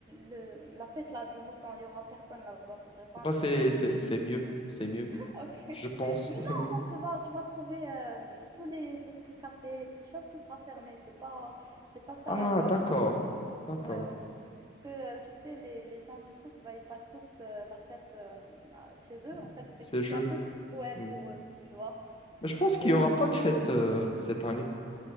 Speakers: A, on the right (about 20°); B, on the left (about 25°).
A: le- la fête là du mouton. Il y aura personne là-bas. Ça serait pas
B: Bah,
A: intéressant.
B: c'est, c'est, c'est mieux, c'est mieux,
A: <laughs> Ok.
B: je pense.
A: Mais non,
B: <laughs>
A: non, tu vas, tu vas trouver euh, tous les, les petits cafés, les petits shops, tout sera fermé. C'est pas, c'est pas ça
B: Ah,
A: la, la...
B: d'accord, d'accord.
A: Ouais, ouais, ouais. Parce que euh, tu sais, les, les gens du Sousse, bah, ils passent tous euh, la fête euh, chez eux.
B: Mm,
A: En fait, c'est,
B: Ces
A: c'est
B: jeux.
A: un peu comme Noël
B: Mm.
A: pour eux, tu vois.
B: Mais je pense
A: Du coup,
B: qu'il
A: euh,
B: n'y aura pas de fête euh, cette année.